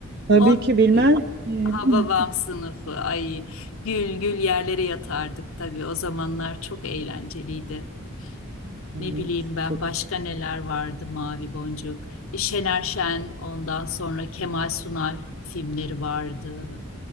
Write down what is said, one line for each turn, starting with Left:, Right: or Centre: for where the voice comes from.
Right: Tabii
Left: O
Right: ki bilmez
Left: e,
Right: miyim?
Left: Hababam
Right: <laughs>
Left: sınıfı. Ay gül gül yerlere yatardık tabii. O zamanlar çok eğlenceliydi.
Right: Evet,
Left: Ne bileyim ben
Right: çok
Left: başka neler vardı Mavi Boncuk. E, Şener Şen ondan sonra Kemal Sunal filmleri vardı.